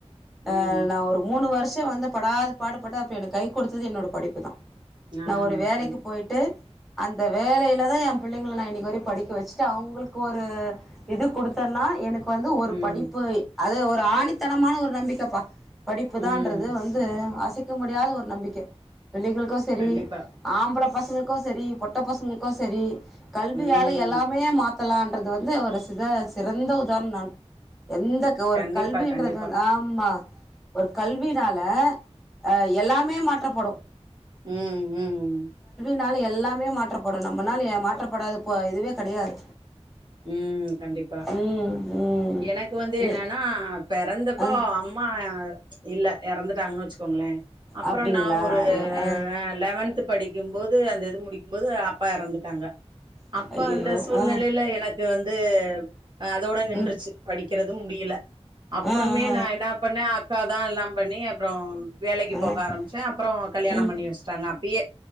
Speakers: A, in the centre; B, on the right (about 45°).
A: ஆ
B: ம்
A: நான ஒரு மூணு வருஷம் த்து வந்து படாத பாடு பட்டு அப்ப எனக்கு கைக் கொடுத்தது என்னோட படிப்பு தான்
B: ஆ
A: நா ஒரு வேலைக்கி
B: கண்டிப்பா
A: போயிட்டு அந்த வேளயில தான் என் புள்ளைங்களை நான இன்றனைக்கு வர படிக்க வச்சுட்டு அவங்களுக்கு ஒரு இது கொடுத்தேன்னா எனக்கு ப்ப வந்து ஒரு
B: ம்
A: படிப்பு அது ஒரு ஆணித்தனமான ஒரு நம்பிக்கைப்பா படிப்புதான்ன்றது
B: ம்
A: வந்து ஆச இருக்க முடியாத ஒரு நம்பிக்கை க்கே பிள்ளைங்களுக்கும் சரி
B: கண்டிப்பா
A: ஆம்பள பசங்கக்கு சரி பொட்ட பசங்கக்கு சரி கல்வியால
B: ம்
A: எல்லாமே மாத் த்தலான்றது வந்து ஒரு சித சிறந்த உதாரணோ நான் எந்த க ஒரு
B: கண்டிப்பா
A: கல்வின்றது
B: கண்டிப்பா
A: வந் ஆமா ஒரு கல்வினால ஆ எல்லாமே மாற் ற்றப்படு
B: ம் ம்
A: னால எல்லாமே மாற்றப்படு நம்மனால எ மாற்றப்படாத பொ இதுவே கெடையாது
B: ம் கண்டிப்பா
A: ம் ம்
B: எனக்கு வந்து
A: நீ
B: என்னன்னா பெறந்தப்போ
A: ஆ
B: அம்மா இல்ல எறந்துட் தாங்க வச்சுக்கோங்களேன் அப்பறம்
A: அப்டிங்களா
B: நான ஒரு
A: ஐயோ ஆ
B: லெவன்த் படிக்கும்போது அந்த இது முடிக்க ம்போது அப்பா எறந்துட்டாங்க அப்ப
A: ஐயையோ
B: அந்த சூழ்நிலையில
A: ஆ
B: எனக்கு வந்து அ அதோட நின்றுச்சு
A: ம்
B: படிக்கிறது முடியல அப்றமே
A: ஆ ஆ
B: நா என்னா பண்ணே அக்காதான் எல்லாம் பண்ணி அப்பறம் வேலைக்கு
A: ஆ ஆ
B: போக ஆரம்பிச்சே அப்றோ கல்யாணோ
A: ம்
B: பண்ணி வச்சுட்டாங்க அப் ப்பயே